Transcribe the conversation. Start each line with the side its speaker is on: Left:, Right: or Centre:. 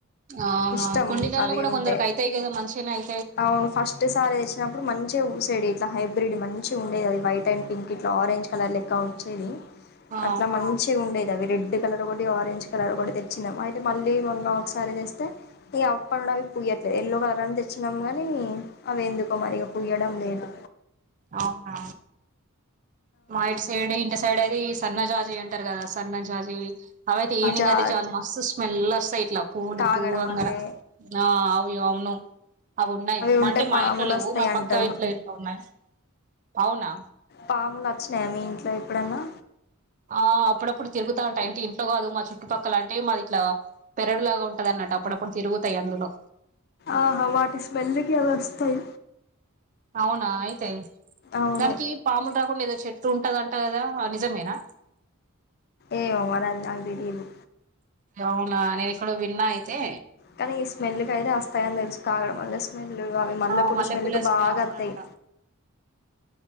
Right: ఆహా
Left: ఇష్టం
Right: కుండీలల్లో
Left: అవి
Right: కూడా కొందరు
Left: ఉంటే
Right: కైతాయి కదా మంచిగానే అయి
Left: అవును ఫస్ట్ సారీ తెచ్చినప్పుడు మంచిగా ఊసి ఇట్లా హైబ్రిడ్ మంచిగ ఉండేది వైట్ అండ్ పింక్ ఇట్లా ఆరంజ్ కలర్ లెక్క ఉ వచ్చేది
Right: ఆ
Left: అట్లా మంచిగా ఉండేది అవి రెడ్ కలర్ ఒకటి ఆరెంజ్ కలర్ ఒకటి తెచ్చినాము అయితే మళ్ళీ మొన్న ఒకసారి తెస్తే ఈ అప్పు పూయట్లే ఎల్లో కలర్ అని తెచ్చినాం గానీ అవి ఎందుకో మరి ఇగ పూయడం లేదు
Right: అవునా మా ఇటీ సైడ్ ఇంటి సైడ్ అది ఈ సన్నజాజి అని త్తరు కదా సన్న జాజీవి అవి అయితే ఈవినింగ్
Left: ఆ జా
Right: అయితే చాలు మస్త్ స్మెల్ వస్తాయి ఇట్లా కూడు
Left: తాగడం
Right: పూవంగర
Left: వల్లే
Right: ఆ అవ్యు అవును అవి ఉన్నాయి
Left: ఉంటే
Right: అంటే మా
Left: పాములు
Right: ఇంట్లో లేవు
Left: వస్తాయి
Right: మా
Left: అంటారు
Right: పక్క ఇంట్లో ఇంట్లో ఉన్నాయి అవునా
Left: పాములు వచ్చినయా మీ ఇంట్లో ఎప్పుడన్నా
Right: ఆ అప్పుడప్పుడు తిరుగుతా ఉంటయ్ అంటే ఇంట్లో కాదు మా చుట్టుపక్కల అంటే మాదిట్లా పెరడు లాగా ఉంటదన్న ట అప్పుడప్పుడు తిరుగుతయ్యందులో
Left: ఆహా వాటి స్మెల్ కి అవి వస్తాయి
Right: అవునా అయితయి
Left: అవును
Right: దానికి పాములు రాకుండ ఏదో చెట్టు ట్టు ఉంటదంటా గదా ఆ నిజమేనా
Left: ఏ ఏవరనది దిది
Right: అవునా నేను ఎక్కడో విన్న అయితే
Left: కానీ ఈ స్మెల్ కయితే వస్తాయని తెలుసు కాగడం అ స్మెల్ అవి మల్లె
Right: ఆ
Left: పూల
Right: మల్లెపూల
Left: స్మెల్ కు బాగా
Right: అవునంట
Left: అత్తాయి